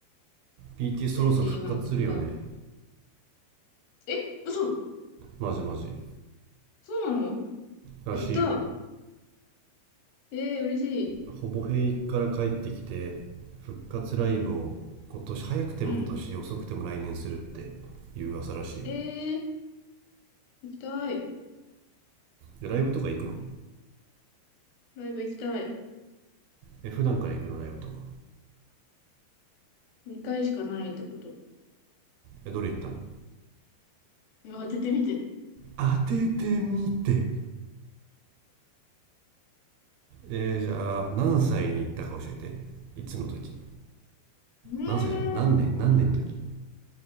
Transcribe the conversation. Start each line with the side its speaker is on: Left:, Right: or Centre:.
Left: 21とか。
Right: い BT そろそろ復活するよね
Left: え、嘘
Right: マジマジ
Left: そうなの
Right: らしいよ
Left: やったえー、嬉しい。
Right: ほぼ平役から帰ってきて復活ライブを今年早くても今年遅くても来年するっていう噂らしいよ
Left: うん、うん。えー、行きたい。
Right: でライブとか行くの
Left: ライブ行きたい。
Right: え普段から行くのライブとか
Left: 2回しかないってこと。
Right: えどれ行ったの
Left: 当ててみて。
Right: 当ててみてえーじゃあ何歳に行ったか教えていつの時
Left: ね
Right: 何歳じゃん何年何年の時
Left: えー、